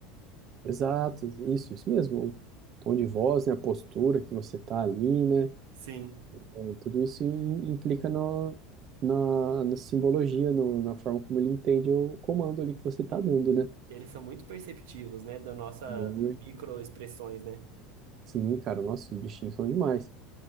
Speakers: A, on the right (about 45°); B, on the right (about 80°).
A: Exato, isso, isso mesmo. O tom de voz, né, a postura que você tá ali, né?
B: Sim.
A: é, Tudo isso im- implica no, na, na simbologia, no- na forma como ele entende o comando ali que você tá dando, né?
B: E eles são muito perceptivos, né, das nossas
A: Ui.
B: microexpressões, né?
A: Sim, cara, nossa, os bichinhos são demais.